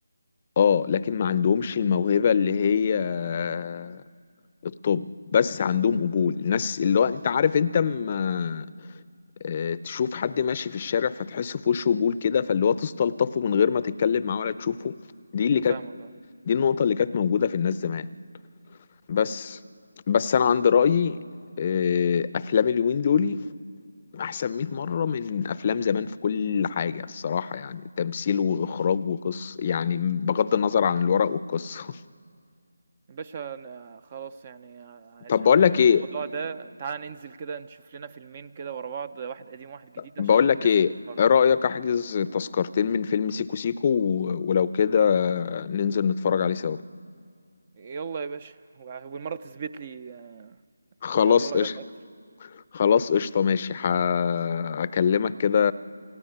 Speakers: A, on the left; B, on the right.
A: اه لكن ما عندهمش الموهبة اللي هي آه، الطب بس عندهم قبول الناس اللي هو انت عارف انت اما آه، تشوف حد ماشي في الشارع فتحس في وشه قبول كده فاللي هو تستلطفه من غير ما تتكلم معاه ولا تشوفه دي اللي
B: أنا
A: كانت
B: فاهمك آه.
A: دي النقطة اللي كانت موجودة في الناس زمان بس بس انا عندي رأيي آه، افلام اليومين دول احسن 100 مره من افلام زمان في كل حاجه الصراحه يعني تمثيل واخراج وقصه يعني بغض النظر عن الورق والقصه
B: يا باشا أنا خلاص يعني آه،
A: <laughs>
B: عشان
A: طب بقول
B: نكمّل
A: لك ايه
B: الموضوع ده تعالَ ننزل كده نشوف لنا فيلمين كده ورا بعض، واحد قديم وواحد جديد
A: بقول
B: عشان
A: لك
B: نفصل
A: ايه
B: الحوار
A: ايه
B: ده.
A: رايك احجز تذكرتين من فيلم سيكو سيكو و- ولو كده ننزل نتفرج عليه سوا
B: يالّا يا باشا و والمرّة تثبت لي
A: خلاص
B: برضه رأيك
A: قشطه
B: أكتر،
A: خلاص قشطه ماشي ح... هكلمك كده